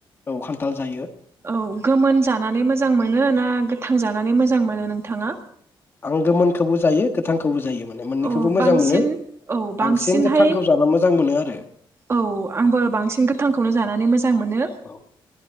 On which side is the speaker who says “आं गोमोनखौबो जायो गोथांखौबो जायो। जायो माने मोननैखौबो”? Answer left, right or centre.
Left